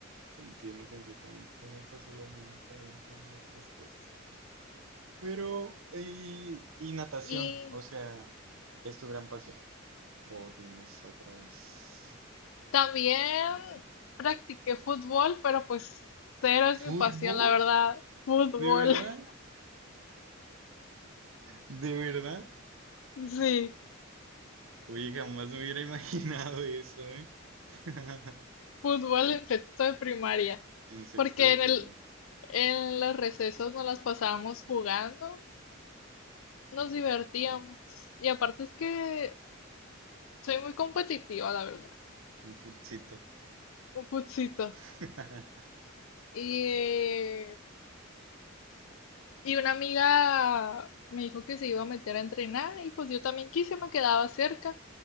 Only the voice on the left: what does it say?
Y
también practiqué fútbol, pero pues cero es
mi pasión, la verdad. Fútbol,
<laughs> sí,
fútbol en sexto de primaria.
Porque
en
el, en los recesos nos las pasábamos jugando, nos divertíamos. Y aparte es que soy muy competitiva, la verdad.
Un putzito.
Y Y una amiga me dijo que se iba a meter a entrenar y pues yo también quise, me quedaba cerca